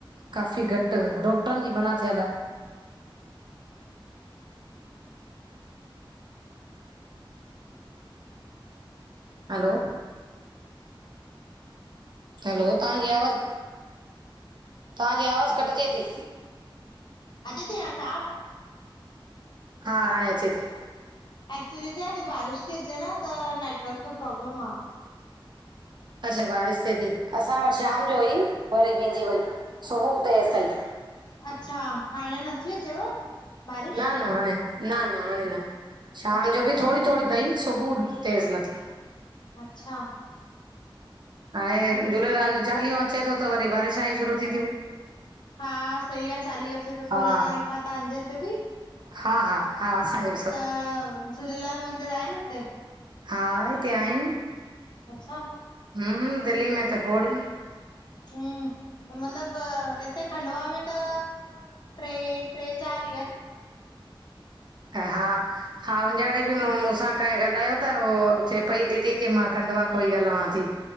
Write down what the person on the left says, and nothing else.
अ ते तहासाफ़ <unintelligible>
एक्चुली छा हिेते बारिश थी अचे न, त नेटवर्क जो प्रोब्लम आ।
अच्छा! हाणे नथी अचेव? बारिश?
अच्छा
अच्छा
अच्छा!
ॿियो
ॿुध
हा सही आ चालीहो अचे तो
सोलहां तारीख़ खां तहांजे हिते बि?
त झूलेलाल मंदिर आहिन उते?
अच्छा!
हम्म, मतिलबु हिते खंडवा में त ट्रे, ट्रे चार ई अंन।